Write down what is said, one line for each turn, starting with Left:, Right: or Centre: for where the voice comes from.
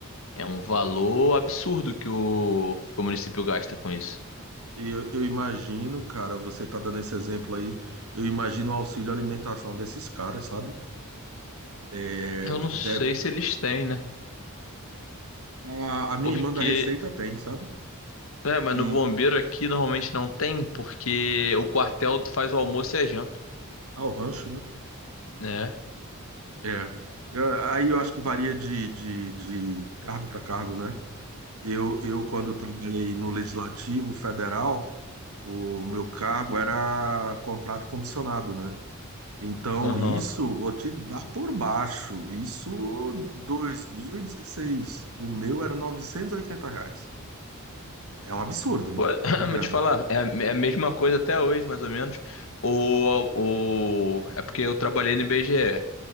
Left: é um valor absurdo que o, que o município gasta com isso.
Right: Eu, eu imagino, cara, você tá dando esse exemplo aí, eu imagino o auxílio alimentação desses caras, sabe? É,
Left: Eu não sei
Right: deve,
Left: se eles têm, né?
Right: a, a minha
Left: Porque,
Right: irmã da Receita tem, sabe?
Left: é, mas
Right: E
Left: no bombeiro aqui normalmente não tem, porque o quartel faz o almoço e a janta,
Right: ao rancho, né?
Left: né?
Right: É. Eu- aí eu acho que varia de, de, de cargo para cargo, né? Eu, eu, quando trabalhei no Legislativo Federal, o meu cargo era contrato comissionado, né? Então,
Left: Aham.
Right: isso vou te dar por baixo. Isso 2016. O meu era 980 reais. É um absurdo, né?
Left: Pô, <coughs> <clears throat>
Right: De grana.
Left: Vou te falar, é, é a mesma coisa até hoje, mais ou menos. O, o, é porque eu trabalhei no IBGE.